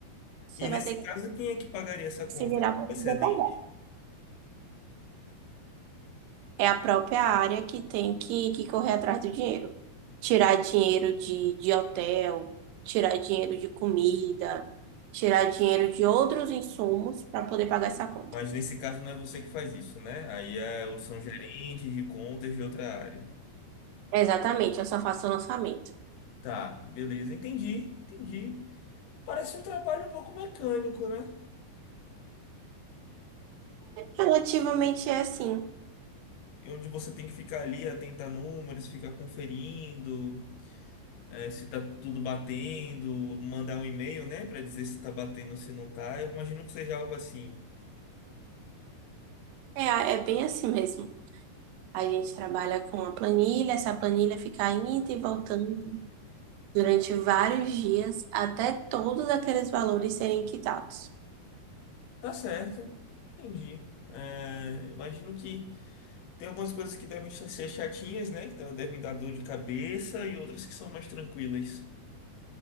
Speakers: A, on the right; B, on the left.
A: você
B: E
A: vai
B: nesse
A: ter que
B: caso, quem é que pagaria essa conta
A: se virar para
B: excedente?
A: poder pagar. É a própria área que tem que, que correr atrás do dinheiro. Tirar dinheiro de, de hotel, tirar dinheiro de comida, tirar dinheiro de outros insumos para poder pagar essa conta.
B: Mas nesse caso não é você que faz isso, né? Aí é, os- são gerentes de contas de outra área.
A: Exatamente, eu só faço o lançamento.
B: Tá, beleza, entendi, entendi. Parece um trabalho um pouco mecânico, né?
A: Relativamente é assim.
B: e Onde você tem que ficar ali atento a números, ficar conferindo. é, se tá tudo batendo, mandar um e-mail, né, Pra dizer se tá batendo ou se não tá. Eu imagino que seja algo assim.
A: É, é bem assim mesmo. A gente trabalha com a planilha, essa planilha fica indo e voltando durante vários dias até todos aqueles valores serem quitados.
B: Tá certo, entendi. É, imagino que tem algumas coisas que devem cha- ser chatinhas, né, que devem dar dor de cabeça e outras que são mais tranquilas,